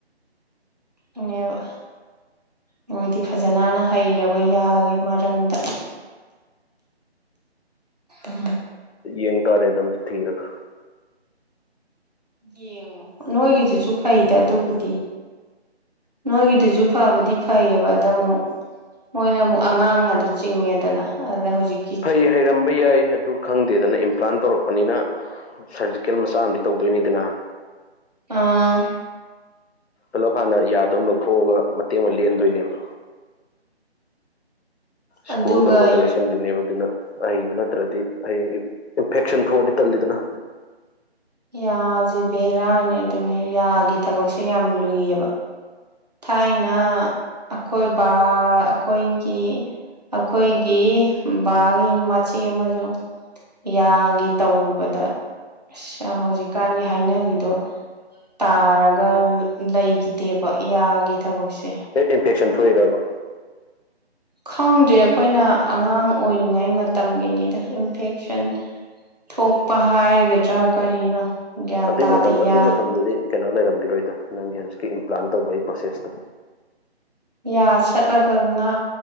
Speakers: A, on the right; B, on the left.
A: ꯑꯅꯦꯕ ꯃꯣꯏꯗꯤ ꯐꯖꯅꯅ ꯍꯩꯔꯕ ꯌꯥꯒꯦ ꯃꯔꯝꯗ ꯑ
B: ꯌꯦꯡ ꯇꯥꯔꯦꯗ ꯑꯝꯇ ꯊꯤꯔꯒ
A: ꯌꯦꯡꯉꯣ ꯅꯣꯏꯒꯤꯁꯤꯁꯨ ꯐꯩꯗ ꯑꯗꯨꯕꯨꯗꯤ ꯅꯣꯏꯒꯤꯗꯨꯁꯨ ꯐꯕꯨꯗꯤ ꯐꯩꯌꯦꯕ ꯑꯗ ꯑꯃꯨꯛ ꯃꯣꯏꯅ ꯑꯃꯨꯛ ꯑꯉꯥꯡ ꯑꯗꯨ ꯆꯤꯡꯉꯦꯗꯅ ꯑꯗꯨꯗ ꯍꯧꯖꯤꯛ
B: ꯐꯩ ꯍꯩꯔꯝꯕ ꯌꯥꯏ ꯑꯗꯨ ꯈꯪꯗꯦꯗꯅ ꯏꯝꯄ꯭ꯂꯥꯟ ꯇꯧꯔꯛꯄ ꯂꯄꯅꯤꯅ ꯁꯔꯖꯤꯀꯦꯜ ꯃꯆꯥ ꯑꯃꯗꯤ ꯇꯧꯗꯣꯏꯅꯤꯗꯅ
A: ꯑꯥ
B: ꯄꯨꯂꯞ ꯍꯥꯟꯅ ꯌꯥꯗꯅ ꯂꯧꯊꯣꯛꯑꯒ ꯃꯇꯦꯡ ꯑꯃ ꯂꯦꯟꯗꯣꯏꯅꯦꯕ ꯁꯀ꯭ꯔꯨ
A: ꯑꯗꯨꯒ
B: ꯇꯧꯔꯒ ꯂꯩꯁꯟꯗꯣꯏꯅꯦꯕ ꯑꯗꯨꯅ ꯑꯍꯩꯕ ꯅꯠꯇ꯭ꯔꯗꯤ ꯍꯌꯦꯡ ꯏꯟꯐꯦꯛꯁꯟ ꯊꯣꯛꯑꯗꯤ ꯇꯜꯂꯤꯗꯅ
A: ꯌꯥꯁꯦ ꯚꯦꯔꯥꯅꯦ ꯑꯗꯨꯅ ꯌꯥꯒꯤ ꯊꯕꯛꯁꯦ ꯌꯥꯝ ꯂꯨꯏꯌꯦꯕ ꯊꯥꯏꯅ ꯑꯈꯣꯏꯕ ꯑꯩꯈꯣꯏꯒꯤ ꯑꯩꯈꯣꯏꯒꯤ ꯕꯥꯒꯤ ꯃꯆꯤ ꯑꯃꯁꯨꯡ ꯌꯥꯒꯤ ꯇꯧꯔꯨꯕꯗ ꯑ ꯍꯧꯖꯤꯛꯀꯥꯟ ꯍꯥꯏꯅꯕꯤꯗꯣ ꯇꯥꯔꯒ ꯂꯩꯈꯤꯗꯦꯕ ꯌꯥꯒꯤ ꯊꯕꯛꯁꯦ
B: ꯍ ꯏꯟꯐꯦꯛꯁꯟ ꯊꯣꯛꯏꯗꯕ
A: ꯈꯪꯗꯦ ꯑꯩꯈꯣꯏꯅ ꯑꯉꯥꯡ ꯑꯣꯏꯔꯤꯉꯩ ꯃꯇꯝꯒꯤꯅꯤꯗ ꯏꯟꯐꯦꯛꯁꯟ ꯊꯣꯛꯄ ꯍꯥꯏꯒꯗ꯭ꯔꯥ ꯀꯔꯤꯅꯣ ꯒ꯭ꯌꯥꯟ
B: ꯑꯗꯨꯏ
A: ꯇꯥꯗꯦ
B: ꯃꯇꯝ ꯑꯗꯨꯏ
A: ꯌꯥ
B: ꯃꯇꯝꯗꯗꯤ ꯀꯩꯅꯣ ꯂꯩꯔꯝꯈꯤꯔꯣꯏꯗ ꯅꯪꯒꯤ ꯍꯧꯖꯤꯛꯀꯤ ꯏꯝꯄ꯭ꯂꯥꯟ ꯇꯧꯕ ꯑꯩ ꯄ꯭ꯔꯣꯁꯦꯁꯇꯣ
A: ꯌꯥ ꯁꯠꯂꯒ ꯉꯥ